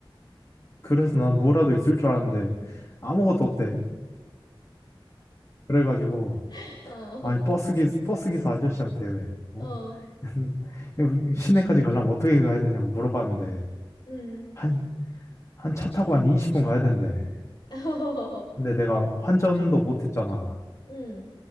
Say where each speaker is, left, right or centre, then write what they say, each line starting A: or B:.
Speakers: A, on the left (about 35°); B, on the left (about 55°).
A: 그래서 난 뭐라도 있을 줄 알았는데, 아무것도 없대. 그래가지고,
B: <laughs> 어,
A: 아니, 버스 기, 버스 기사 아저씨한테 왜, 어?
B: 어,
A: <laughs> 여기 시내까지 가려면 어떻게 가야 되냐고 물어봤는데,
B: 음.
A: 한, 한 차 타고 한 20분 가야 된대.
B: <laughs> 어,
A: 근데 내가 환전도 못 했잖아.
B: 음,